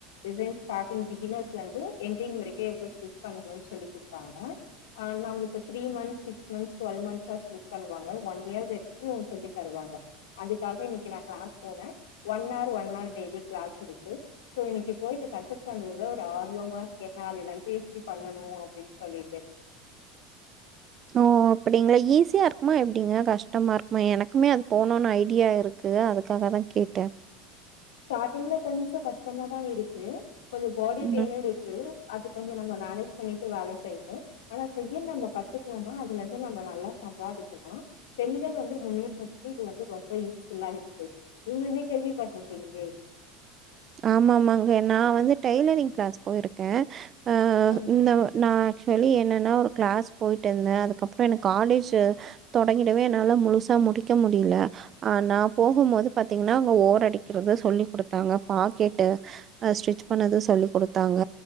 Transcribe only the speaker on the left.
டிசைன் ஸ்டாட்டிங் பிகினர்ஸ்லிந்து எண்டிங் வரைக்கு எவ்ளோ ஸ்டிச்பண்ணணும் சொல்லி குட்ப்பாங்க அ நம்ளுக்கு three months six months twelve மன்த்ஸா ஸ்பிளிட் பண்ணுவாங்க வன் இயர் <inaudible> சொல்லி தருவாங்க அதுக்காக இன்னைக்கு நா கிளாஸ் போன one hour one hour daily கிளாஸிருக்கு சோ இன்னைக்கு போயிட்டு கத்து தந்ததுல ஒரு ஆர்வமா இர்கே நாலைலிந்து இப்டி பண்ணனு அப்டின்னு சொல்லிட்டு
ஸ்டார்ட்டிங்ல கொஞ்சொ கஷ்டமா தா இருக்கு கொஞ்சொ போடி
பெயின்னிருக்கு அது கொஞ்சொ நம்ம மேனேஜ் பண்ணிட்டு வேல செய்னு ஆனா செய்ய நம்ம கத்துக்ணும்னா அதுலிருந்து நம்ம நல்லா சம்பாதிக்கலா பெண்கள் வந்து முன்னேற்றத்துக்கு இது வந்து ரொம்ப யூஸ்ஃபுல்லா இருக்கு நீங்களுமே கேள்விப்பட் ருட்டிங்க டே
ம்
ம்